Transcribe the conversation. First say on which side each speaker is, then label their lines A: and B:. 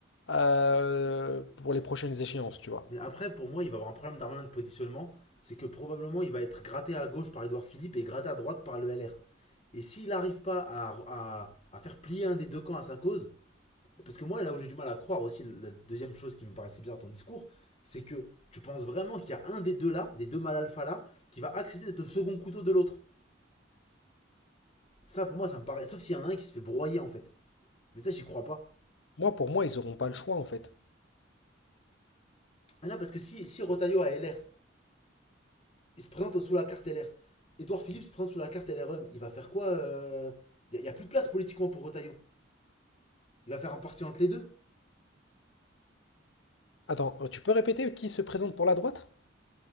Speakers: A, on the left; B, on the left.
A: euh, pour les prochaines échéances, tu vois.
B: Mais après, pour moi, il va avoir un problème d'armement de positionnement. C'est que probablement, il va être gratté à gauche par Edouard Philippe et gratté à droite par le LR. Et s'il n'arrive pas à, à- à faire plier un des deux camps à sa cause, parce que moi, là où j'ai du mal à croire aussi, la deuxième chose qui me paraissait bizarre dans ton discours, c'est que tu penses vraiment qu'il y a un des deux là, des deux mal alpha là, qui va accepter d'être le second couteau de l'autre. Ça, pour moi, ça me paraît. Sauf s'il y en a un qui se fait broyer en fait. Mais ça, j'y crois pas.
A: Moi, pour moi, ils n'auront pas le choix, en fait.
B: Mais non, parce que si, si Rotaillot a LR il se présente sous la carte LR. Edouard Philippe se présente sous la carte LRM. Il va faire quoi euh, Il n'y a, a plus de place politiquement pour Retailleau. Il va faire un parti entre les deux.
A: Attends, tu peux répéter qui se présente pour la droite?